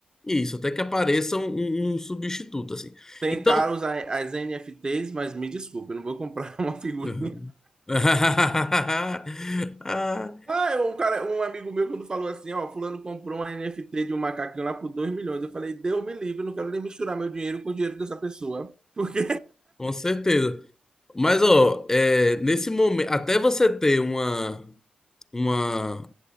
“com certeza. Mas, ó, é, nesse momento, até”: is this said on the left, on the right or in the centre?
Left